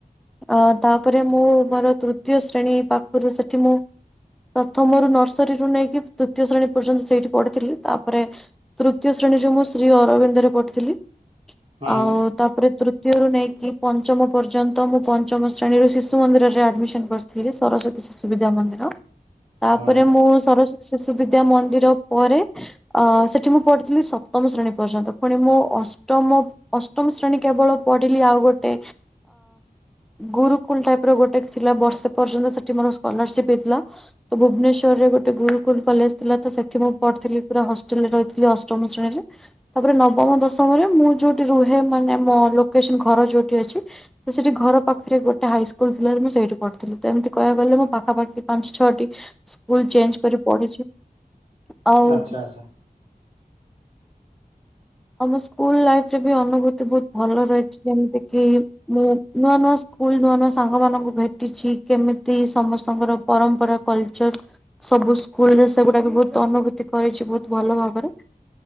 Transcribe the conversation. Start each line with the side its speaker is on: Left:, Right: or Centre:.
Centre: ଅ ତା'ପରେ, ମୁଁ ମର ତୃତୀୟ ଶ୍ରେଣୀ ପାଖରୁ ସେଠି ମୁଁ ପ୍ରଥମରୁ ନର୍ସରୀରୁୁ ନେଇକି ତୁତୀୟ ଶ୍ରେଣୀ ପର୍ଯ୍ୟନ୍ତ ସେଇଠି ପଢ଼ିଥିଲି। ତା'ପରେ ତୃତୀୟ ଶ୍ରେଣୀରେ ମୁଁ ଶ୍ରୀ ଅରବିନ୍ଦରେ ପ ଥିଲି।
Right: ହୁଁ
Centre: ଆଉ ତା'ପରେ ତୃତୀୟରୁୁ ନେଇକି ପଞ୍ଚମ ପର୍ଯ୍ୟନ୍ତ, ମୁଁ ପଞ୍ଚମ ଶ୍ରେଣୀରୁ ଶିଶୁ ମନ୍ଦିରରେ ଆଡ୍‌ମିଶନ୍‌ କ ଥି ସରସ୍ଵତୀ ଶିଶୁ ବିଦ୍ଯା ମନ୍ଦିର। ତା'ପରେ
Right: ହୁଁ
Centre: ମୁଁ ସରସ୍ଵତୀ ଶିଶୁ ବିଦ୍ୟା ମନ୍ଦିର ପରେ ଆଁ, ସେଠି ମୁଁ ପଢ଼ିଥିଲି ସପ୍ତମ ଶ୍ରେଣୀ ପର୍ଯ୍ୟନ୍ତ। ଫୁଣି ମୁଁ ଅଷ୍ଟମ, ଅଷ୍ଟମ ଶ୍ରେଣୀ କେବଳ ପଢ଼ିଲି ଆଉ ଗୋଟେ। ଗୁରୁ କୁଲ୍ ଟାଇପ୍ ର ଗୋଟେ ଥିଲା, ବର୍ଷେ ପର୍ଯ୍ୟନ୍ତ ସେଠି ମର ସ୍କଲାର୍ସିପ୍ ହେଇଥ୍ଲା। ତ ଭୁବ୍ନେଶ୍ୱର୍ ଗୋଟେ ଗୁରୁୁକୁଲ୍ କଲେଜ୍‌ ଥିଲା, ତ ସେଠି ମୁଁ ପଢ୍ ଥିଲି, ପୁରା ହଷ୍ଟେଲରେ ରହିଥିଲି। ଅଷ୍ଟମ ଶ୍ରେଣୀରେ। ତା'ପରେ ନବମ ଦଶମରେ ମୁଁ ଯଉଠି ରୁହେ, ମାନେ ମୋ ଲୋକେସନ୍‌ ଘର ଯଉଠି ଅଛି। ତ ସେ-ଟି ଘର ପାଖ୍ ରେ ଗୋଟେ ହାଇସ୍କୁଲ୍‌ ଥିଲା, ମୁଁ ସେଇଠି ପଢ୍‌ଥିଲି। ତ ଏମିତି କହିୟା କୁ ଗଲେ ମୋ ପାଞ୍ଚ୍ ଛଅଟି ସ୍କୁଲ୍‌ ଚେଞ୍ଚ୍ କରି ପଢ଼ିଛି ‌ଆଉ
Right: ଆଚ୍ଛା ଆଚ୍ଛା
Centre: ଆମ ସ୍କୁଲ ଲାଇଫ୍ ରେ ବି ଅନୁଭୂତି ବହୁତ୍ ଭଲ ରହି। ଯେମିତି କିି ମୁଁ, ନୂଆ ନୂଆ ସ୍କୁଲ୍‌ ନୂଆ ନୂଆ ସାଙ୍ଗ ମାନଙ୍କୁ ଭେଟିଛି। କେମିତି ସମସ୍ତଙ୍କର ପରମ୍ପରା କଲ୍ଚର୍ ସବୁ ସ୍କୁଲରେ ସେଗୁଡ଼ା ବି ବହୁତ୍ ଅନୁଭୂତି କରଛି, ବହୁତ୍ ଭଲ ଭାବରେ।